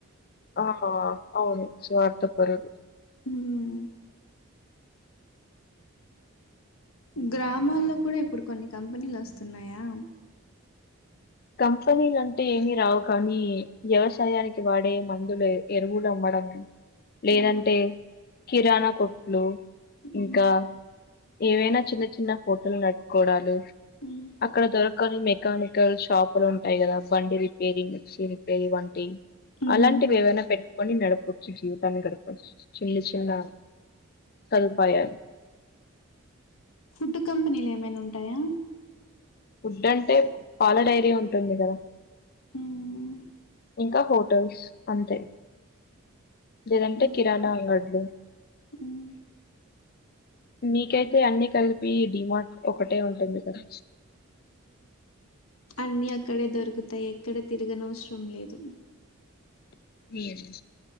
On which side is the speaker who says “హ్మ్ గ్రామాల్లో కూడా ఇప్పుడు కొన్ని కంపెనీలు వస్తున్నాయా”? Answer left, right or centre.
Left